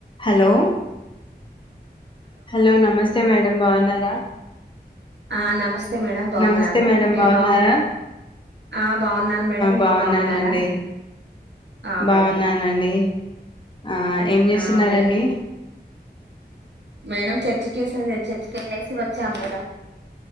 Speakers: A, on the left; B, on the right.
A: Hello hello నమస్తే madam బాగున్నారా
B: ఆ నమస్తే మేడం బాగున్నాను
A: నమస్తే మేడం
B: మీరు
A: బాగున్నారా
B: బాగు ఆ బాగున్నాను మేడం మీరు
A: బాగున్నానండి
B: బాగున్నారా ఆ మేడం
A: బాగున్నానండి ఆ ఏం చేస్తున్నారంండి
B: ఆ మేడం మేడం చర్చికిే చర్చికి వెళ్ళేసి వచ్చాం మేడం